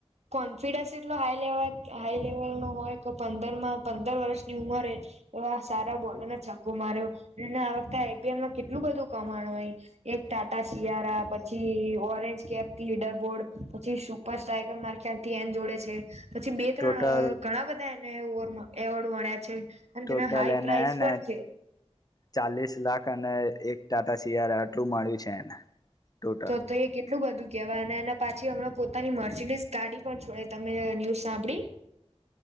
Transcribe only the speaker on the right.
કોન્ફિડન્સ એટલો હાય લેવાલ કે હાઈ લેવલ નો હોય કે પંદરમાં પંદર વર્ષની ઉંમરે એવા સારા બોલ છકકો માર્યો અને આ વખતે આઈપીએલમાં કેટલું બધું કમાણું હોય. એક ટાટા શિયારા પછી, ઓરેન્જ કેપ લીડરબોર્ડ, પછી સુપર સાઈક મારા ખ્યાલથી એને જોડે છે, પછી બે
ત્રણ ઘણા બધા એને એવોર્ડ મળ્યા છે. અને
તેના હાઈ
પ્રાઇસ પણ છે
તો તો એ કેટલું બધું કેવાય અને એના પાછી હમણા પોતાની મર્ચિડીસ ગાડી પર છોડાય તમે ન્યૂઝ સાંભળી